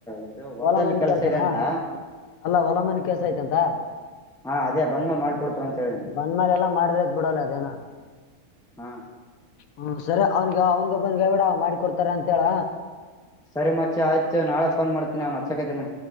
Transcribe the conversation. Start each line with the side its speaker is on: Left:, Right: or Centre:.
Centre: ಇದು ಹೊಲ್ದಲ್ಲಿ
Left: ಹೊಲಮನೀ
Centre: ಕೆಲ್ಸ
Left: ಕೆಲ್ಸನಾ
Centre: ಇದೆ ಅಂತ
Left: ಅಲ್ಲ ಹೊಲ ಮನೆ ಕೆಲ್ಸ ಐತಂತ <unintelligible>
Centre: ಹಾ ಅದೇ ಬಂದ್ಮೇಲೆ ಮಾಡ್ಕೊಡ್ತು ಅಂತ ಹೇಳಿದೀನಿ
Left: ಬಂದ್ಮೇಲೆ ಎಲ್ಲ ಮಾಡಿದರೈತ್ ಬಿಡಲ ಅದೇನ
Centre: ಹಾ
Left: ಹ್ಮ ಸರಿ ಅವ್ನ್ಗೆ ಅವನ್ಗ ಒಬ್ಬನ್ಗೆ ಹೇಳ್ಬೀಡು ಮಾಡಿ ಕೊಡ್ತಾರ ಅಂತ ಹೇಳ
Centre: ಸರಿ ಮತ್ತೆ ಆಯ್ತು ನಾಳೆ ಫೋನ್ ಮಾಡ್ತೇನೆ ಅವ್ ಹಚ್ಚಕತೇನೆ